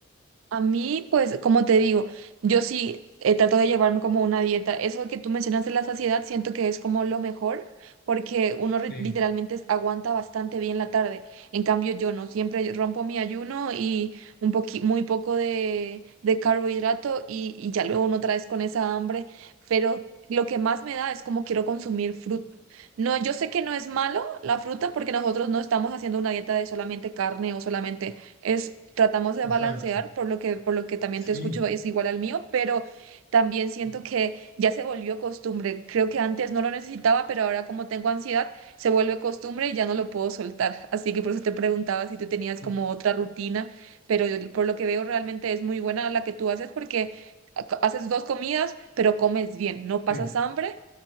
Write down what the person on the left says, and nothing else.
sí.
Exacto.
Sí,
sí,
sí,
sí.